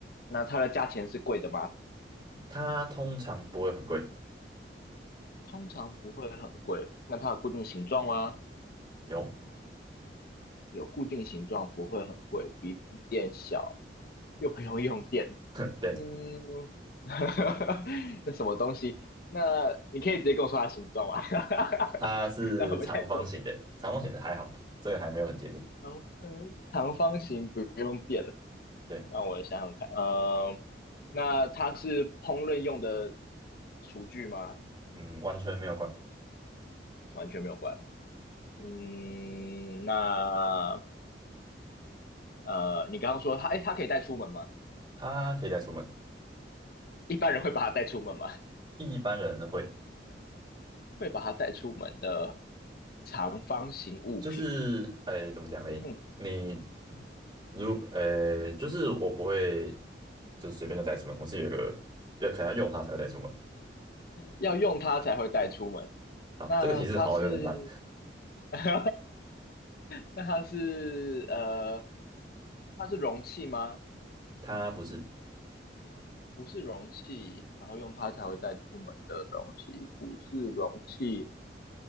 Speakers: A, on the left; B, on the right.
A: 那它的价钱是贵的吗？
B: 它通常不会很贵。
A: 通常不会很贵。那它有固定形状吗？
B: 有，
A: 有固定形状，不会很贵，比笔电小，又不用用电。
B: <laughs> 对，
A: 嗯，<laughs> 那什么东西？那你可以直接跟我说它的形状吗？<laughs>
B: 它是长方形的，
A: 然后我们再作弊。
B: 长方形的还好，这个还没有很接近。
A: 长方长方形不用电了，
B: 对，
A: 让我想想看。呃，那它是烹饪用的厨具吗？
B: 嗯，完全没有关。
A: 完全没有关。嗯，那呃，你刚刚说它，哎，它可以带出门吗？
B: 它可以带出门，
A: 一般人会把它带出门吗？
B: 一般人会，
A: 会把它带出门的长方形物品，
B: 就是，哎，怎么讲呢？
A: 嗯，
B: 你如，呃，就是我不会，就随便就带出门，我是有一个要可能要用它才会带出门。
A: 要用它才会带出门。
B: 好，
A: 那它是，
B: 这个提示好像有点烂。
A: <laughs> 那它是呃，它是容器吗？
B: <laughs> 它不是
A: 不是容器，然后用它才会带出门的东西，不是容器。